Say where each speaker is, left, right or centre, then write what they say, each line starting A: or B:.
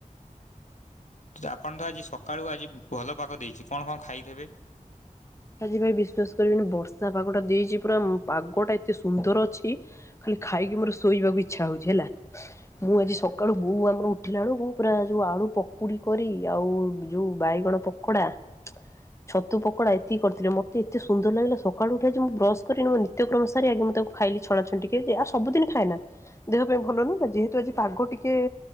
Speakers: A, on the left; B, on the left.
A: ଆପଣ ତ ଆଜି ସକାଳୁ ଆଜି ଭଲ ପାଗ ଦେଇଛି କଣ କଣ ଖାଇଥେବେ?
B: ଆଜି ଭାଇ ବିଶ୍ବାସ୍ କରିବେନି, ବର୍ଷା ପାଗଟା ଦେଇଚି ପୁରା ଉମ୍ ପାଗଟା ଏତେ ସୁନ୍ଦର ଅଛି, ଖାଲି ଖାଇକି ମୋର ଶୋଇବାକୁ ଇଛା ହଉଛି ହେଲା। ମୁଁ ଆଜି ସକାଳୁ ବୋଉ ଆମର ଉଠ ଉଠିଲା ବଳୁକୁ ପୁରା ଯୋଉ, ଆଳୁ ପକୁଡି କରି ଆଉ ଯୋଉ ବାଇଗଣ ପକୋଡା <inaudible> ଛତୁ ପକଡ଼ା ଏତିକି କରିଥିଲେ ।ମତେ ଏତେ ସୁନ୍ଦର ଲାଗିଲା, ସକାଳୁ ଉଠି ଆଜି ମୁଁ ବ୍ରସ୍ କରି ମୋ ନିତ୍ୟକ୍ରମ ସାରି ଆଗେ ମୁଁ ତାକୁ ଖା ଖାଇଲି ଛଣାଛଣି ଟିକେ, ଯେ ଆଉ ସବୁଦିନ ଖାଏନା, ଦେହ ପାଇଁ ଭଲ ନୁହେଁ ନା ଯେହେତୁ ଆଜି ପାଗ ଟିକେ